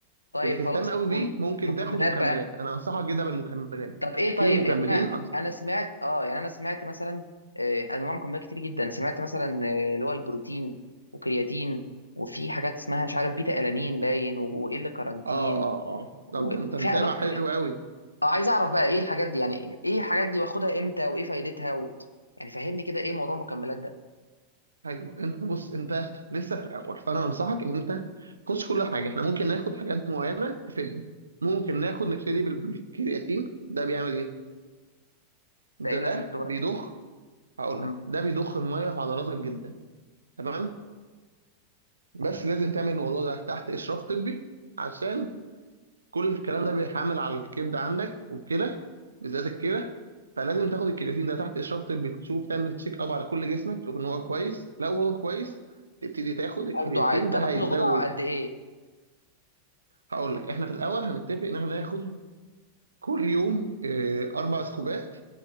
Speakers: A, on the left; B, on the right.
A: طيب
B: اللي تهتم
A: خلاص طب
B: قوي بيه ممكن
A: المكملات
B: تاخد مكملات
A: بقى
B: انا انصحك جدا بالمكملات
A: طب ايه طيب
B: في مكملين
A: يعني انا انا سمعت اه يعني انا سمعت مثلا آه، انواع مكملات كتير جدا سمعت مثلا آه، اللي هو البروتين وكرياتين وفي حاجات اسمها مش عارف بيتا الانين باين و- وايه اللي كارانتين
B: اه اه اه طب
A: وفي
B: ده انت متابع
A: انواع
B: حلو
A: كتير
B: قوي
A: اه عايز اعرف بقى ايه الحاجات دي يعني ايه الحاجات دي واخدها امتى وايه فايدتها و... يعني فهمني كده ايه موضوع المكملات ده
B: حلو انت بص انت لسه في الاول فانا انصحك ان انت خش كل حاجه احنا ممكن ناخد حاجات معينه تفيدنا ممكن ناخد نبتدي بال- بالكرياتين ده بيعمل ايه ده
A: ده ايه لازمته بقى
B: بيضخ هقول
A: مم.
B: لك ده بيضخ الميه في عضلاتك جدا تمام بس لازم تعمل الموضوع ده تحت اشراف طبي عشان كل الكلام ده بيحمل على الكبد عندك والكلى بالذات الكلى فلازم تاخد الكرياتين ده تحت اشراف طبي تشوف تعمل تشيك اب على كل جسمك تشوف ان هو كويس لو هو كويس تبتدي تاخد الكرياتين
A: اخده عادي طب
B: ده
A: اخده
B: هيزود
A: جرعه قد ايه
B: هقول لك احنا في الاول هنتفق ان احنا ناخد كل يوم آه، اربع سكوبات